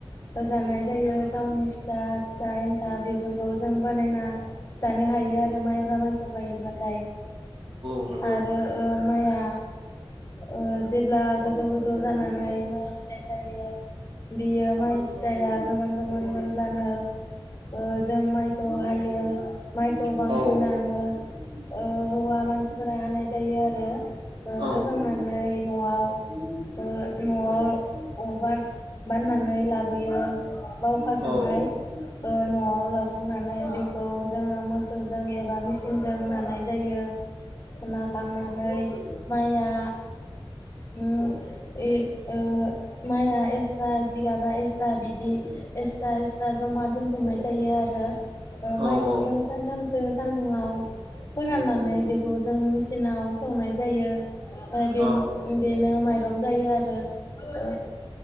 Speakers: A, on the left (about 35°); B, on the right (about 60°).
A: जानाय जायो थावनि फिथा, फिथा एन्थाब, बेफोरखौ जों बानायना जानो हायो आरो माइब्रा माइखौ बायोब्लाथाय।
B: नंगौ
A: आरो ओ माइआ ओ जेब्ला गोजौ गोजौ जानानै माइ फिथाइ जायो बियो माइ फिथाइआ गोमोन गोमोन मोनब्लानो ओ जों माइखौ हायो। माइखौ
B: औ
A: बांसिनानो ओ हौवा मानसिफोरा हानाय जायो आरो।
B: औ
A: ओ
B: औ
A: हाखांनानै न'आव ओ न'आव अबेबा बाननानै लाबोयो बावखाजोंहाय
B: औ
A: ओ न'आव ला खांनानै बेखौ जोङो मोसौजों एबा मेचिनजों नानाय जायो। नाखांनानै माइया उम ए ओ माइआ एस्रा जिगाबा एस्रा बिदि एस्रा एस्रा जमा दोनथुमनाय जायो आरो।
B: औ
A: ओ माइखौ
B: औ औ
A: जों सानथामसो सान्दुंआव फोराननानै बेखौ जों मेचिनाव सौनाय जायो। ओफाय
B: औ
A: बे-बेनो माइरं जायो आरो। ओ